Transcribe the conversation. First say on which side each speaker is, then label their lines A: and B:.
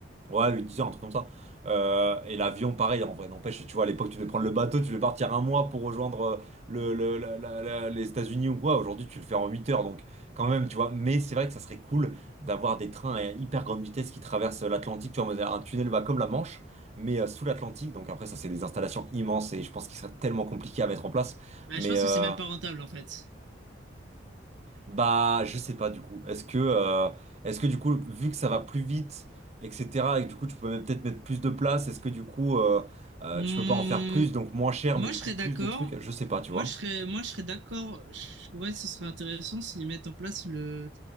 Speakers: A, on the right (about 35°); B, on the right (about 75°).
A: ouais, 8-10 heures, un truc comme ça. Euh, et l'avion, pareil, en vrai, n'empêche, tu vois, à l'époque, tu devais prendre le bateau, tu devais partir un mois pour rejoindre euh, le, le- la- la- la- les États-Unis ou quoi. Aujourd'hui, tu le fais en 8 heures, donc quand même, tu vois. Mais c'est vrai que ça serait cool d'avoir des trains à hyper grande vitesse qui traversent euh, l'Atlantique, tu vois, en mode, un tunnel va comme la Manche, mais euh, sous l'Atlantique. Donc après, ça, c'est des installations immenses et je pense qu'il serait tellement compliqué à mettre en place.
B: Bah,
A: Mais.
B: je pense
A: euh,
B: que c'est même pas rentable en fait.
A: Bah, je sais pas du coup. Est-ce que, euh, est-ce que du coup, vu que ça va plus vite, etc., et que du coup, tu peux même peut-être mettre plus de place, est-ce que du coup, euh, euh,
B: Hmm,
A: tu peux pas en faire plus, donc moins cher,
B: moi
A: mais du
B: je serais
A: coup, plus
B: d'accord.
A: de trucs? Je sais pas, tu
B: Moi
A: vois.
B: je serais, moi je serais d'accord. Je trouverais que ce serait intéressant s'ils mettent en place le,